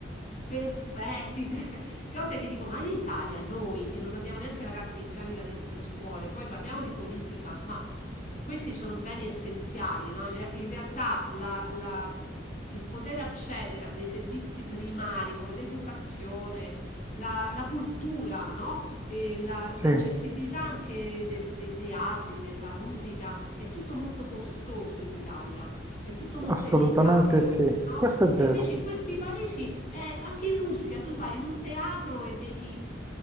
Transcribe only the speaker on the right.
sì,
assolutamente
sì,
questo è vero,